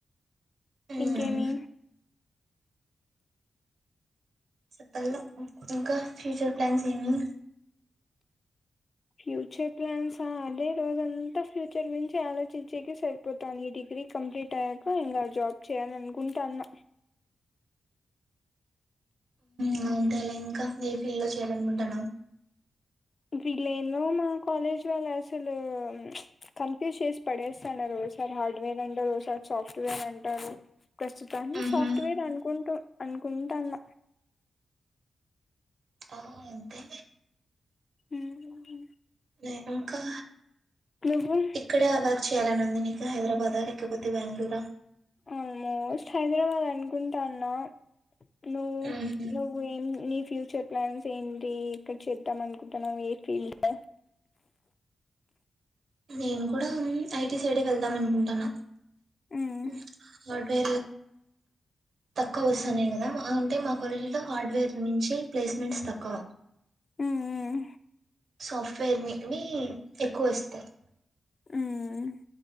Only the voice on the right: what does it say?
మ్మ్
చెప్పాల ఇంకా ఫ్యూచర్ ప్లాన్స్ ఏమి.
గ అంతేలే ఇంకా ఏ ఫీల్డ్ లో చేయాల అనుకుంటనావ్‌.
ఊహు
ఆ అంతే
నే ఇంకా
ఇక్కడే అవాక్ చేయాలని ఉండనికె హైదరాబాదా లేకపోతే బాంగ్లూరా
ఊహు
నేను కూడా ఐటి సైడే వెళ్దాం అనుకుంటన్న.
ఉ వాడిపే తక్కువ వస్సన్నాయ్ కదా ఆ అంటే మా కాలేజీలో హార్డ్వేర్ నుంచి ప్లేస్మెంట్స్ తక్కువ
సాఫ్ట్వేర్ వికిని ఎక్కువ వస్తాయ్.